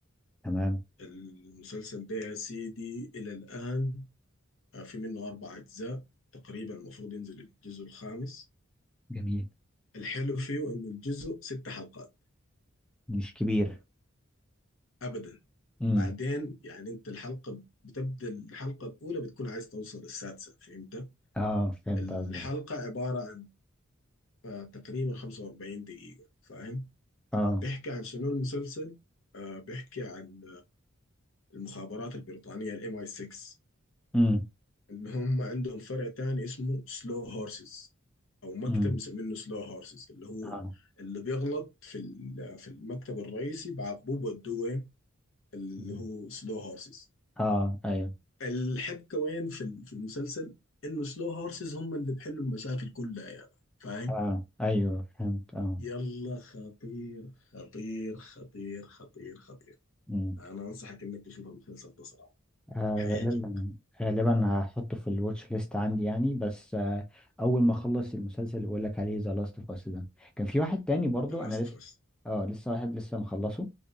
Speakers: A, in the centre; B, on the left (about 75°).
A: تمام
B: المسلسل ده يا سيدي إلى الآن آه، في منه أربع أجزاء تقريبا المفروض ينزل الجزء الخامس
A: جميل
B: الحلو فيه إنه الجزء ست حلقات
A: مش كبير
B: أبدا
A: امم
B: وبعدين يعني أنت الحلقة بتبدأ الحلقة الأولى بتكون عايز توصل للسادسة فهمت؟
A: اه فهمت
B: الحلقة
A: قصدك
B: عبارة عن آه، تقريبا 45 دقيقة فاهم؟
A: اه
B: بيحكي عن شنو المسلسل؟ آه، بيحكي عن المخابرات البريطانية ال MI6
A: امم
B: ان هم عندهم فرع تاني اسمه سلو هورسز او مكتب
A: امم
B: مسمينه سلو هورسز اللي هو
A: اه
B: اللي بيغلط في ال- في المكتب الرئيسي بعاقبوه بودوه وين اللي
A: مم.
B: هو سلو هورسز
A: اه ايوه
B: الحبكه وين في ال- في المسلسل انه سلو هورسز هم اللي بيحلوا المشاكل كلها يعني فاهم
A: اه ايوه فهمت اه
B: يلا خطير خطير خطير خطير خطير
A: مم.
B: انا انصحك انك تشوف المسلسل ده صراحه
A: آه،
B: هيعجبك
A: غالبا آه، غالبا هحطه في الواتش ليست عندي يعني بس آه، اول ما اخلص المسلسل اللي بقول لك عليه ذا لاست اوف اس ده كان في واحد تاني برضو
B: ذا لاست
A: انا
B: اوف
A: لسه
B: اس
A: اه لسه واحد لسه مخلصه